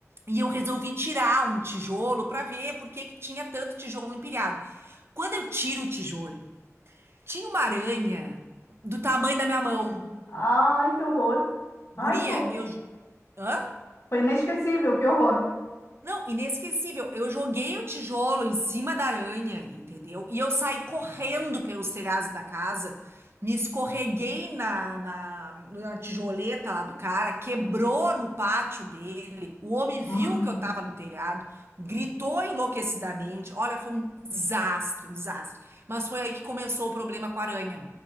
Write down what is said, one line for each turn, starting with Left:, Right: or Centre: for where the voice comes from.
Right: E eu resolvi tirar um tijolo para ver por que que tinha tanto tijolo empilhado. Quando eu tiro o tijolo, tinha uma aranha do tamanho da minha mão.
Left: Ai, que horror.
Right: Guria,
Left: Ai, que horror.
Right: eu. Hã?
Left: Foi inesquecível, que horror.
Right: Não, inesquecível. Eu joguei o tijolo em cima da aranha, entendeu? E eu saí correndo pelos telhados da casa, me escorreguei na, na, na tijoleta lá do cara, quebrou no pátio dele. O homem viu
Left: Ah.
Right: que eu tava no telhado, gritou enlouquecidamente. Olha, foi um desastre, um desastre. Mas foi aí que começou o problema com a aranha.